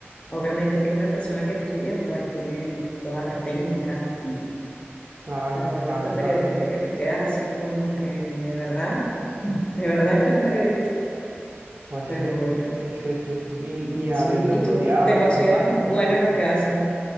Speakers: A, on the left; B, on the right.
A: obviamente que una persona que estudia pues tiene todas las técnicas, y-
B: Claro,
A: pero he
B: claro,
A: visto
B: claro.
A: periodistas que te quedas así como que de verdad, de verdad estoy un periodista,
B: Pues
A: pero
B: sí,
A: bueno,
B: sí, sí, sí. Y, y habiendo
A: sí, y
B: estudiado
A: tú te
B: y
A: consideras
B: con máster
A: bueno
B: y todo.
A: en lo que haces,